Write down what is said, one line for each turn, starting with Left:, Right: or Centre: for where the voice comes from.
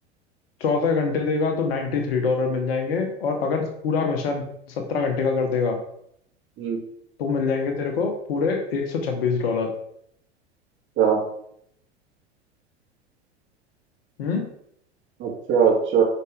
Left: चौदह घंटे देगा तो नाइन्टी थ्री डॉलर मिल जाएंगे और अगर पूरा मिशन सत्रह घंटे का कर देगा
Right: हम्म
Left: तो मिल जाएंगे तेरे को पूरे एक सौ छब्बीस डॉलर
Right: क्या
Left: हम्म
Right: अच्छा अच्छा